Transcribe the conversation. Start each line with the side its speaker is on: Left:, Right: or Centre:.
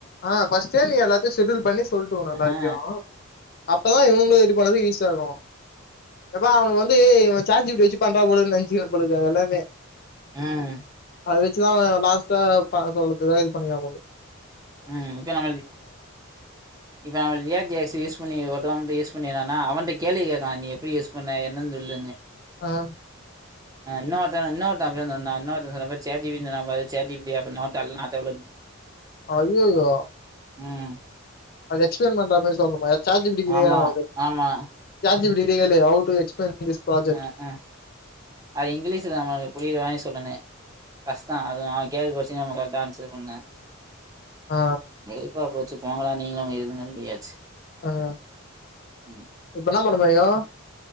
Left: ஹ ஃபர்ஸ்ட்டே நீங்க எல்லாத்தையு செஷடியல் பண்ணி சொல்லட்டுவு எல்லாத்தையு
Right: ஆ
Left: அப்பதா இவனுங்களு இது பண்ணது ஈஸியா இருக்கும் எப்பா அவனுக்கு வந்து இவ சட் ஜிப்படி வச்சு பண்றா பொழுது நெனச்சு பாங்க பொழுது எல்லாமே
Right: ம்
Left: அத வச்சுதா லாஸ்ட்டா அவ சொல்றதுக்கு இது பண்ணிக்கா போது
Right: ம் இப்ப நம்மளுக்கு இப்ப அவ ரியாகட் ஜே யஸ் யூஸ் பண்ணி ஒருத்தவ வந்து யூஸ் பண்ணினான்னா அவன்ட கேள்வி கேட்கா நீ எப்டி யஸ் பண்ண என்னன்ன சொல்லுன்னு
Left: அ
Right: அ இன்னருத்த இன்னொருத்த அப்டிதா சொன்னா இன்னொரு சொன்னா பாரு சாட் ஜிபிட்டி ன்னு சொன்னா பாரு சாட் ஜிபிட்டியா நாட் அல்லோட் நாட் அல்லோட்
Left: ஜய்யயோ
Right: ம்
Left: அத எக்ஸ்பிளைன் பண்ற மாதிரி சொல்லன்னுமா சாட் ஜிபிட்டி <unintelligible>
Right: ஆமா ஆமா
Left: சாட் ஜிபிட்டி கிட்ட கேளு how to explain this project
Right: a அ அது இங்கிலீஷ்ல நம்மளுக்கு புரிய மாரி சொல்லணு கஷ்ட அதுவு அவ கேக்குற குஷ்டியன்னுக்கு நா கரெக்ட் டா ஆன்சர் பண்ண
Left: அ
Right: வெறுப்பா போச்சுபோங்க டா நீங்களு உங்க இதுவும் சொல்லியாச்சு
Left: ஆஹ
Right: ம்
Left: இப்ப என்னா பண்ண போரிங்க